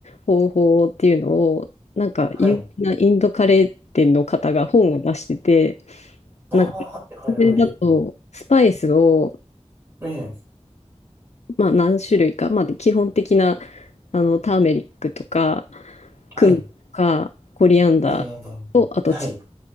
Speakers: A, on the left (about 70°); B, on the right (about 20°).
A: 方法っていうのを、なんか有名なインドカレー店の方が本を出してて、
B: はい。ああ、
A: なんか、
B: はい、
A: それだと、
B: はい、はい。
A: スパイスを、
B: ええ、
A: まあ、何種類か、まあ、基本的な、あの、ターメリックとか、
B: はい。
A: クミンとか、コリアンダーと、
B: ええ、
A: あと
B: はい、